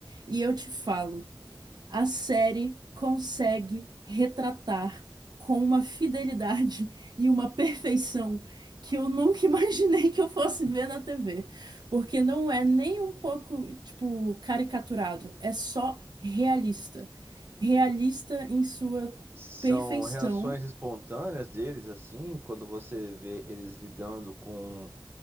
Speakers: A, on the right (about 65°); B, on the right (about 30°).
A: E eu te falo a série consegue retratar com uma fidelidade <laughs> e uma perfeição que eu nunca <laughs> imaginei que eu fosse ver na TV. Porque não é nem um pouco, tipo, caricaturado, é só realista. Realista em sua
B: São
A: perfeição.
B: reações espontâneas deles, assim, quando você vê eles lidando com,